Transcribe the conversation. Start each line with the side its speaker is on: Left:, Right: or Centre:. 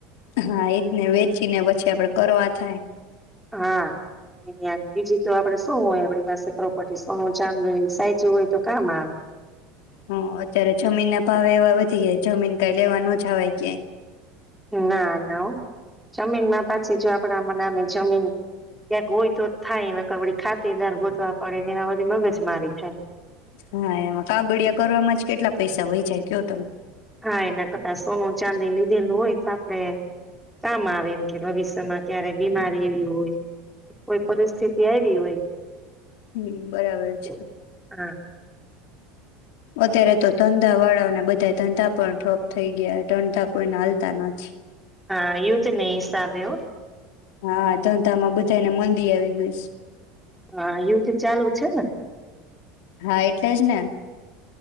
Left: હા એજ ને વેચી ને પછી આપડે કરવા થાય.
Centre: હા બીજી તો આપડે શું હોય આપણી પાસે પ્રોપર્ટી સોનું જામનું સાચું હોય તો કામ આવે.
Left: હ અત્યારે જમીન ના ભાવ એવા વધી જયા જમીન કઈ લેવા ન જવાય ક્યાંય.
Centre: ના નવ જમીનમાં પાછી જો આપણા મનાની જમીન ક્યાક હોય તો થાય, નકળ ખાતેદાર ગોતવા પડે ને એ બધી મગજ મારી થાય.
Left: હા એમાં કાગડિયા કરવામાં જ કેટલા પૈસા વહી જાય કયો તમે?
Centre: હા એના કરતા સોનું ચાંદી લીધેલું હોય તો આપડે કામ આવે એમ કે ભવિષ્યમાં ક્યારે બીમારી એવી હોય, કોઈ પરિસ્થિતિ આવી હોય.
Left: હમ્મ બરાબર છે.
Centre: તો હા
Left: અત્યારે તો ધંધા વાળા ને બધા ધંધા પણ ઠપ થઈ ગયા ઠંડા કોઈના હાલતા નથી.
Centre: હા એઇ તો નહી સાભયું.
Left: હા ધંધામાં બધાયને મંદી આવી ગઈ સ.
Centre: હા યું તો ચાલુ છે ને
Left: હા એટલે જ ને